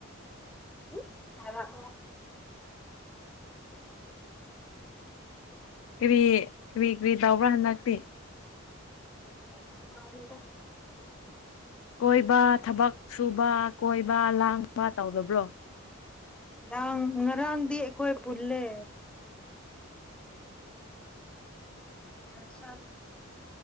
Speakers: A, in the centre; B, on the left.
A: ꯎ ꯀꯃꯈꯣ
B: ꯀꯔꯤ ꯀꯔꯤ ꯀꯔꯤ ꯇꯧꯕ꯭ꯔꯥ ꯍꯟꯗꯛꯇꯤ
A: ꯁ ꯄꯥꯎꯅꯤꯗ
B: ꯀꯣꯏꯕ ꯊꯕꯛ ꯁꯨꯕ ꯀꯣꯏꯕ ꯂꯥꯡꯕ ꯇꯧꯗꯕ꯭ꯔꯣ
A: ꯉꯥꯡ ꯉꯔꯥꯡꯗꯤ ꯑꯩꯈꯣꯏ ꯄꯨꯜꯂꯦ ꯆꯁꯦ